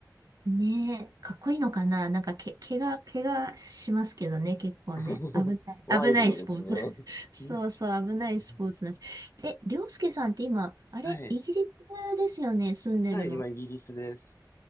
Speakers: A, on the right; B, on the left.
A: ねえ、かっこいいのかななんかけ、怪我、怪我しますけどね、結構ね。
B: <laughs>
A: 危ない、
B: ワイルドですね。
A: 危ないスポーツ。<laughs> そうそう、
B: <laughs>
A: 危ないスポーツなんです。
B: うん
A: え、りょうすけさんって今、あれ、
B: はい。
A: イギリスですよね、住んでるの。
B: はい、今イギリスです。